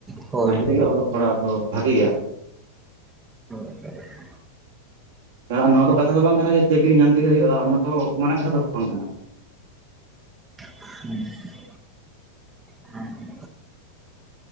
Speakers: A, on the right (about 20°); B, on the right (about 55°).
A: ᱦᱳᱭ
B: ᱚᱱᱟ ᱠᱷᱟᱹᱛᱤᱨᱜᱮ
A: ᱦᱳᱭ
B: ᱚᱞᱚᱜ ᱯᱟᱲᱦᱟᱜ ᱫᱚ ᱵᱷᱟᱜᱮ ᱜᱮᱭᱟ᱾
A: ᱦ <unintelligible>
B: ᱦᱮᱸ ᱟᱨ ᱱᱚᱣᱟ ᱫᱚ ᱠᱟᱛᱷᱟ ᱫᱚ ᱵᱟᱝ ᱠᱟᱱᱟ ᱡᱮ ᱪᱟᱹᱠᱨᱤ ᱧᱟᱢ ᱛᱮᱜᱮ ᱦᱩᱭᱩᱜᱼᱟ ᱚᱱᱟ ᱫᱚ ᱢᱟᱨᱟᱝ ᱠᱟᱛᱷᱟ ᱫᱚ ᱵᱟᱝ ᱠᱟᱱᱟ᱾
A: ᱦᱮᱸ <unintelligible> ᱦᱮᱸ